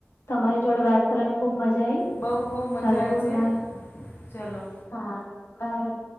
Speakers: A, on the left; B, on the left.
A: તમારી જોડે વાત કરવાની ખુબ મજા આઈ
B: બહુ ખૂબ મજા
A: ચાલો
B: આવી
A: ગુડ
B: છે
A: નાઈટ.
B: ચલો
A: હા બાય